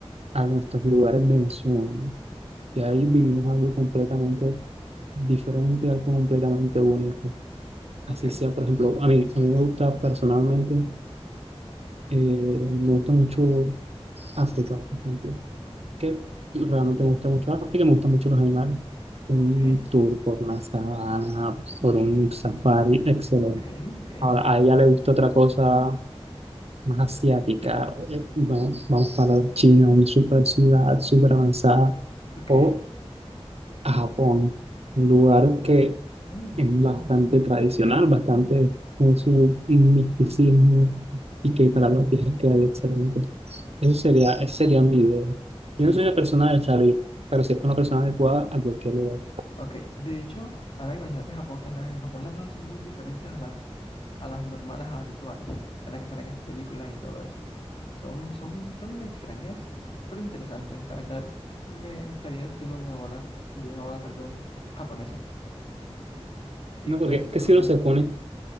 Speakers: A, on the right (about 70°); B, on the left (about 55°).
A: a nuestros lugares de ensueño. que ahí vivimos algo completamente diferente, algo completamente único. Así
B: ok,
A: sea, por ejemplo, a mí, a mí me gusta personalmente, eh, me gusta mucho África, por ejemplo, que realmente me gusta mucho África, me gustan mucho los animales. Un
B: ok,
A: tour por una sabana, por un safari, excelente.
B: ok, ok,
A: Ahora, a ella le gusta otra cosa más asiática. eh, Vamos, vamos para China, una super ciudad, súper avanzada,
B: ok.
A: o a Japón, un lugar que
B: Mm,
A: es
B: interesante.
A: bastante tradicional, bastante en su misticismo y que para los viajes quedaría excelente. Eso sería, ese sería mi idea.
B: Sí,
A: Yo no soy una persona de salir, pero sí es una persona adecuada a cualquier lugar.
B: ok. De hecho, ahora que mencionaste Japón, en, la- en Japón las bodas son muy diferentes a las, a las normales habituales, en las que salen en películas y todo eso. Son, son, son muy extrañas, pero interesantes. La verdad, me gustaría el estilo de una boda, de una boda, perdón, japonesa. Y
A: No,
B: pues
A: porque es
B: sobre,
A: que si uno se pone,